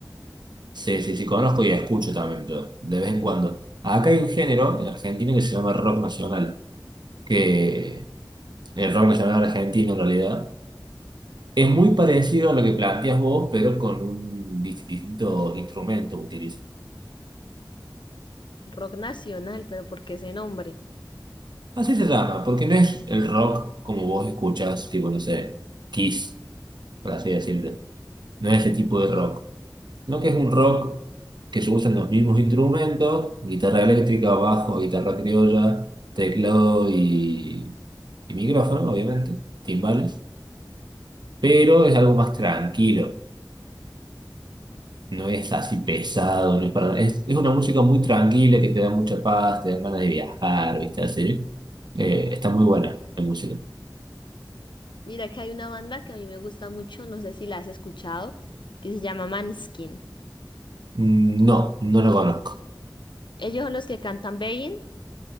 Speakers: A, on the right (about 65°); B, on the left (about 75°).
A: Sí, sí, sí, conozco y escucho también yo, de vez en cuando. Acá hay un género en Argentina que se llama rock nacional, que el rock nacional argentino en realidad Es muy parecido a lo que planteas vos, pero con un dis- distintos instrumentos que utilizan.
B: Rock nacional, pero ¿por qué ese nombre?
A: Así se llama, porque no es el rock como vos escuchás, tipo, no sé, Kiss, por así decirlo. No es ese tipo de rock. No que es un rock que se usan los mismos instrumentos, guitarra eléctrica, bajo, guitarra criolla, teclado y, y micrófono, obviamente, timbales, pero es algo más tranquilo. No es así pesado, no es para Es, es una música muy tranquila que te da mucha paz, te da ganas de viajar, ¿viste? Así. Eh, está muy buena la música.
B: Mira que hay una banda que a mí me gusta mucho, no sé si la has escuchado, que se llama Maneskin.
A: Mm, No, no la conozco.
B: Ellos son los que cantan Begging,